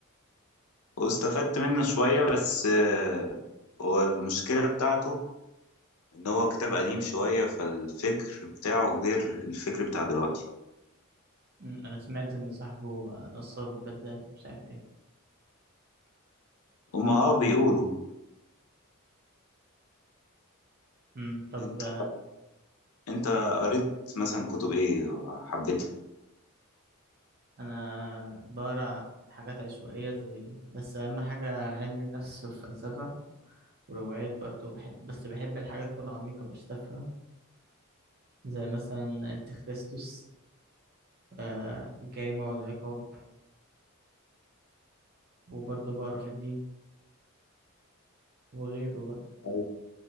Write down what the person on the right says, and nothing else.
مم، انا سمعت ان صاحبه نصاب وكذاب مش عارف ايه
مم، طب
آه،
انا بقرا حاجات عشوائيه زي بس اهم حاجه علم النفس والفلسفه وروايات برضو بحب بس بحب الحاجه تكون عميقه مش تافهه زي مثلا انت خريستوس آه، الجريمه والعقاب وبرضو بقرا في الدين وغيره بقى